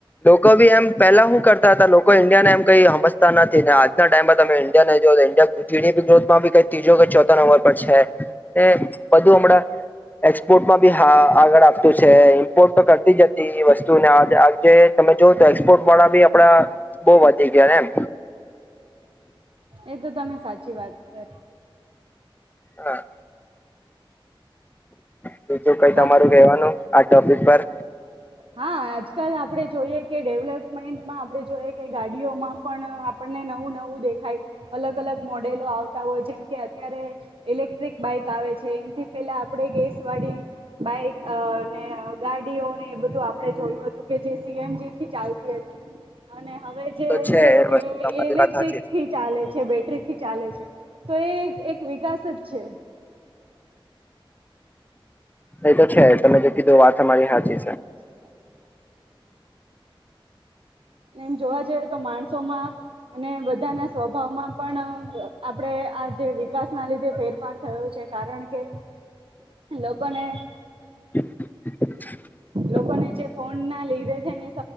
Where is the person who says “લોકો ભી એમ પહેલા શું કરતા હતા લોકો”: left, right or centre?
Left